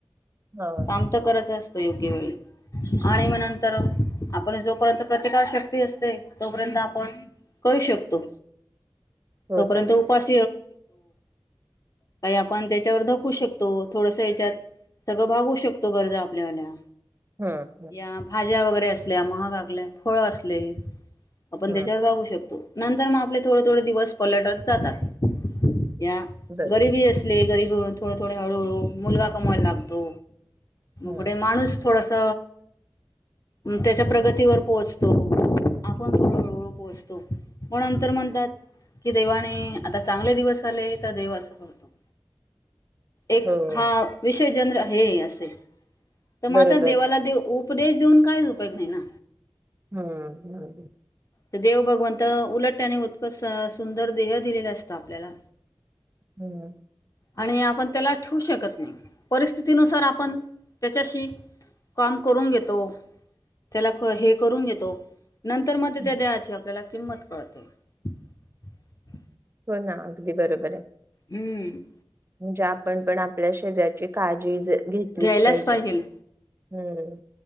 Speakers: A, on the right (about 30°); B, on the left (about 40°).
A: हा
B: काम तर करायच असत योग्य वेळी आणि मग नंतर आपण जोपर्यंत प्रतिकार शक्ती असते तोपर्यंत आपण करू शकतो.
A: हो
B: तोपर्यंत
A: ना
B: उपास काही आपण त्याच्यावर धकू शकतो थोडस याच्यात- सगळं भागू शकतो गरजा आपल्याला!
A: हम्म
B: या भाज्या वगैरे - असल्या महागाकल्या फळ असले. आपण
A: हम्म
B: त्याच्यावर भागू शकतो. नंतर मग आपले थोडे थोडे दिवस पलटत जातात. या
A: बरोबर
B: गरीबी असले गरीब- थोड थोडे हळूहळू मुलगा अ - समय लागतो.
A: हम्म
B: कुठे माणूस थोडस! त त्याच्या प्रगतीवर पोहोचतो आपण थोडू हळूहळू पोहोचतो मग नंतर म्हणतात कि देवाने आता चांगले दिवस आले तर देव असं करतो. एक
A: हो
B: हा विष जन्र हे असे! तर मग
A: बरोबर
B: आत देवाला देव उप - उपदेश देऊन काहीच उपयोग नाही ना.
A: हम्म हम्म हम्म
B: तर देव भगवंत उलट त्याने उत्ककस सुंदर देह दिलेल असत आपल्याला.
A: हम्म
B: आणि आपण त्याला ठेव शकत नाही परिस्थितीनुसार आपण त्याच्याशी काम करून घेतो त्याला हे करून घेतो नंतर!
A: हम्म.
B: त्या देहाची आपल्याला - किंमत कळ ते -
A: हो ना अगदी बरोबर आहे.
B: हम्म
A: म्हणजे आपण पण आपल्या शरीराची काळजी जे! घेतलीच
B: घ्यायलाच
A: पाहिजे.
B: पाहिजेल
A: हम्म